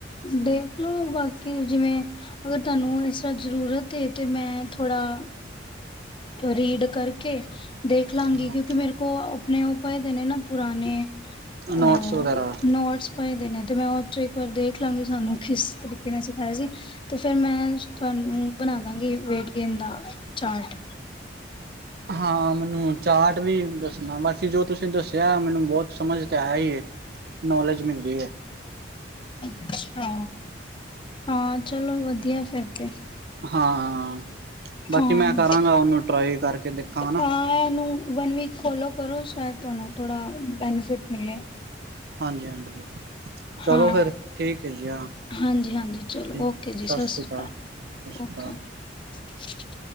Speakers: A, on the left; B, on the right.
A: ਦੇਖਲੋ ਬਾਕੀ ਜਿਵੇਂ ਅਗਰ ਤੁਹਾਨੂੰ ਇਸ ਤਰ੍ਹਾਂ ਜ਼ਰੂਰਤ ਤੇ, ਤੇ ਮੈਂ ਥੋੜਾ ਰੀਡ ਕਰਕੇ ਦੇਖ ਲਾਂਗੀ,
B: ਹਮ
A: ਕਿਉਂਕਿ ਮੇਰੇ ਕੋਲ ਆਪਣੇ ਉਹ ਪਏ ਦੇ ਨੇ ਨਾ ਪੁਰਾਣੇ ਅ
B: ਨੋਟਸ ਵਗੈਰਾ
A: ਨੋਟਸ ਪਏ ਦੇ ਨੇ ਤੇ ਮੈਂ ਉਹ ਚੋਂ ਇੱਕ ਵਾਰ ਦੇਖ ਲਾਂਗੀ। ਸਾਨੂੰ ਕਿਸ ਤਰੀਕੇ ਨੇ ਸਿਖਾਇਆ ਸੀ ਤੇ ਫੇਰ ਮੈਂ ਤੁਹਾਨੂੰ ਬਣਾ ਦਾਂਗੇ ਵੇਟ ਗੇਨ ਦਾ ਚਾਰਟ।
B: ਹਾਂ, ਮੈਨੂੰ ਚਾਰਟ ਵੀ ਦੱਸਣਾ ਬਾਕੀ ਜੋ ਤੁਸੀਂ ਦੱਸਿਆ ਮੈਨੂੰ ਬਹੁਤ ਸਮਝ ਤੇ ਆਇਆ ਹੀ ਏ। ਨੌਲੇਜ ਮਿਲ ਰਹੀ ਹੈ।
A: ਅੱਛਾ, ਹਾਂ ਚਲੋ ਵਧੀਆ ਫਿਰ ਤੇ
B: ਹਾਂ, ਬਾਕੀ
A: ਹਾਂ
B: ਮੈਂ ਕਰਾਂਗਾ ਉਹਨੂੰ ਟਰਾਈ ਕਰਕੇ ਦੇਖਾਂਗਾ।
A: ਹਾਂ ਇਹਨੂੰ ਵਨ ਵੀਕ ਫੋਲੋ ਕਰੋ। ਸ਼ਾਇਦ ਤੁਹਾਨੂੰ ਥੋੜਾ ਬੈਨੀਫਿਟ ਮਿਲੇ।
B: ਹਾਂਜੀ, ਹਾਂਜੀ ਚਲੋ
A: ਹਾਂ
B: ਫੇਰ ਠੀਕ ਹੈ ਜੀ ਹਾਂ
A: ਹਾਂਜੀ-ਹਾਂਜੀ ਚਲੋ
B: ਠੀ
A: ਓਕੇ ਜੀ
B: ਸਤਿ ਸ੍ਰੀ
A: ਸ਼੍ਰੀ
B: ਅਕਾਲ। ਸਤਿ ਸ਼੍ਰੀ
A: ਓਕੇ।
B: ਅਕਾਲ
A: <unintelligible>